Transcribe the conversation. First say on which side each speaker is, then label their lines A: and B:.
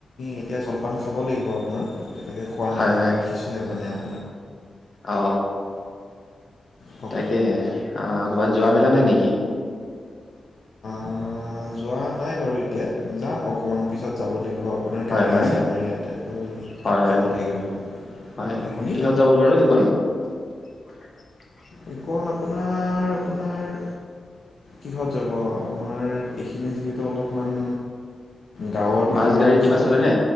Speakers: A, on the left; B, on the left.
A: এতিয়া জলপান খাব লাগিব আপোনাৰ। তেনেকে খোৱা
B: হয়
A: নাই মই
B: হয়
A: উঠিছোঁহে মানে আউ।
B: অ
A: কওক
B: তাকেহে, আ ক'বাত যোৱা মেলা নাই নেকি?
A: আ যোৱা নাই বাৰু ই তিয়া। যাম অকণমান পিছত যাব লাগিব আপোনাৰ
B: হয়
A: গাড়ী
B: হয়
A: আছে আমাৰ ইয়াতে, ত'
B: হয়
A: তাত যাব লাগিব,
B: হয়
A: আপুনি?
B: কিহত যাব বাৰু এইকণ <inaudible>
A: এইকণ আপোনাৰ-আপোনাৰ কিহত যাব আমাৰ এইখিনি যিহেতু অলপমান গাঁৱৰ
B: বাছ
A: ভিতৰুৱা
B: গাড়ী
A: অঞ্চল
B: কিবা চলেনে,